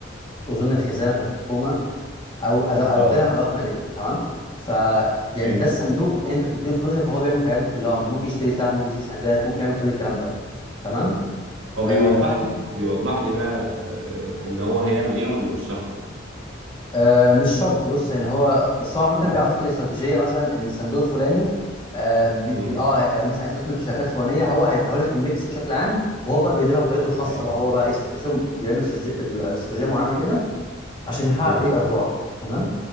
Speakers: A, on the left (about 25°); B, on the right (about 70°).
A: اذون الخزانه بتاعت الحكومه او أدو او
B: اه
A: غيرها من ادوات ماليه تمام ف يعني
B: حلو
A: ده الصندوق انت بتديله فلوسك وهو بيعمل الحاجات دي كلها ممكن يشتري سهم ممكن يشتري سندات ممكن يعمل كل الكلام ده تمام
B: هو بيوضح
A: آه،
B: لي بيوضح لي بقى آه، ان هو هيعمل ايه ولا مش شرط
A: آه مش شرط بص يعني هو بس هو عامة بيعرفك
B: امم
A: الاستراتيجية مثلا ان الصندوق الفلاني آه بي
B: امم
A: بي اه آه، مثلا هيستثمر في شركات فلانية هو هيقول لك الميكس بشكل عام وهو بقى بيديرها بطريقته الخاصة
B: ايوه
A: بقى هو بقى إيه استراتيجيته بيعمل استراتيجية استراتيجية معينة كده عشان يحقق
B: امم
A: ايه ارباح تمام